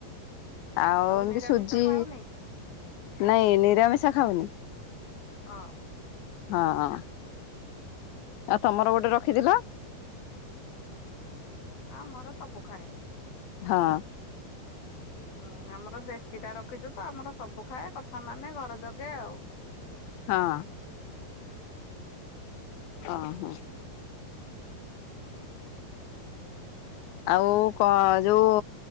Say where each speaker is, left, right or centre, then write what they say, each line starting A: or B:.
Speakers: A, on the left (about 85°); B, on the left (about 55°).
A: ଆଉ ଏମତି
B: ନିରାମିଷ
A: ସୁଜି
B: ଖାଉନି?
A: ନାଇଁ ନିରାମିଷ ଖାଉନି?
B: ହଁ।
A: ହଁ ହଁ। ଆଉ ତମର ଗୋଟେ ରଖିଥିଲ?
B: ଆମର ସବୁ ଖାଏ।
A: ହଁ।
B: ହୁଁ ଆମର ଦେଶୀ ଟା ରଖିଛୁ ତ ଆମର ସବୁ ଖାଏ କଥା ମାନେ ଘର ଜଗେ ଆଉ।
A: ହଁ। ଅ ହ। ଆଉ କଣ ଯୋଉ